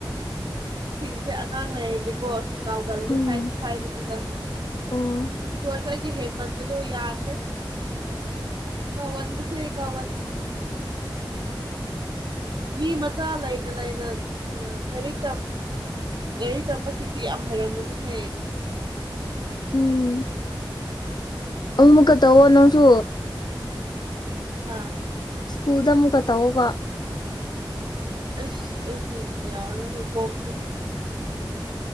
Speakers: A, on the right (about 60°); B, on the left (about 55°).
A: ꯁꯤꯦ ꯑꯉꯥꯡ ꯂꯩꯔꯗꯤꯀꯣ ꯀꯥꯎꯒꯜ ꯂꯦ
B: ꯎꯝ
A: ꯍꯥꯏꯁꯨ ꯍꯥꯢꯕꯅꯤꯗ
B: ꯑꯣ
A: ꯑꯗꯨ ꯗꯤ ꯍꯡꯃꯟꯕꯗꯣ ꯌꯥꯗ꯭ꯔꯦ ꯋꯥꯟꯁꯦꯒꯟ ꯋꯥꯟ <unintelligible> ꯃꯤ ꯃꯆꯥ ꯂꯩꯅ ꯂꯩꯅ ꯂꯥꯏꯔꯤꯛ ꯂꯥꯏꯔꯤꯛ ꯇꯝꯕꯁꯤꯡꯗꯤ ꯌꯥꯝ ꯍꯩꯔꯝꯃꯅꯤꯍꯦ
B: ꯎꯝ ꯑꯃꯃꯨꯛꯀ ꯇꯧꯑꯣ ꯅꯪꯁꯨ
A: ꯑꯥ
B: ꯁ꯭ꯀꯨꯜꯗ ꯑꯃꯨꯛꯀ ꯇꯧꯑꯣꯕ
A: ꯑꯁ ꯑꯩꯗꯤ ꯌꯥꯔꯔꯣꯢꯍꯦ ꯀꯣꯛꯁꯦ